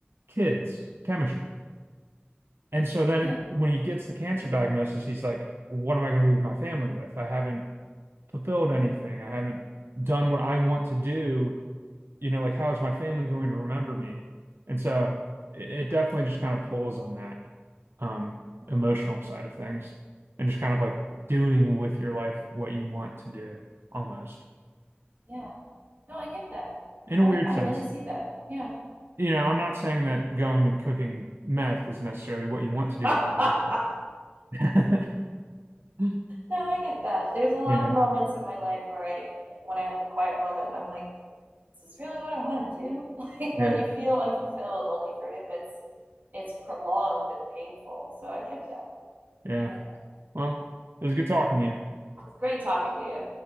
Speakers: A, on the right (about 70°); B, on the right (about 50°).
A: kids chemistry. And so then
B: Yeah.
A: when he gets the cancer diagnosis, he's like, what am I going to leave my family with? I haven't fulfilled anything. I haven't done what I want to do. You know, like, how is my family going to remember me? And so it, it definitely just kind of pulls on that um, emotional side of things and just kind of
B: Yeah.
A: like doing with your life what you want to do almost
B: Yeah. No, I get that.
A: in
B: I
A: a weird
B: I
A: sense.
B: really see that. Yeah.
A: you know, I'm not saying that going and cooking meth is necessarily what you want to do
B: <laughs>
A: with your life, but- <laughs>
B: No, I get that. There's a lot
A: Yeah,
B: of moments in my life where I, when I have a quiet moment, I'm like, is this really what I want to do? <laughs> Like when
A: yeah,
B: you feel unfulfilled, only for him, it's it's prolonged and painful. So I get that.
A: yeah.
B: I get that.
A: Well, it was good talking to you.
B: It's great talking to you.